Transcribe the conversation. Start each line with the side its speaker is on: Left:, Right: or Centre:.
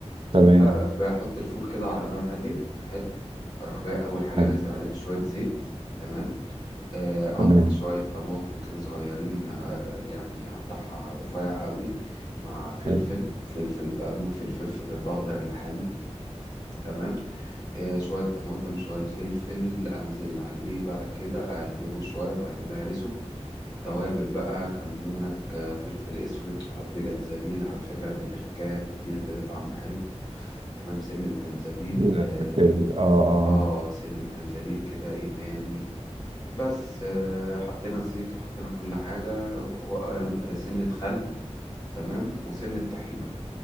Right: تمام
Left: ب- بحط الفول كده على نار هاديه حلو اروح جاي اول حاجه
Right: حلو
Left: نازل عليه بشويه زيت تمام آه، اقطع
Right: تمام
Left: شويه طماطم كده صغيرين آه، يعني اقطعها رفيع قوي مع فلفل
Right: حلو
Left: فلفل بموت في الفلفل الاخضر الحامي تمام آه، شويه طماطم شويه فلفل انزل عليه بقى كده اقلبه شويه بعد كده هرسه توابل بقى كمونك آه، فلفل اسود تحط جنزبيل على فكرة دي تركاية بتديله كده طعم حلو تمام سنة جنزبيل
Right: جميل
Left: اه,
Right: التركيبي اه اه
Left: آه سنة جنزبيل كده ايه تاني بس آه حطينا الزيت وحطينا كل حاجة وسنة خل تمام وسنة طحينة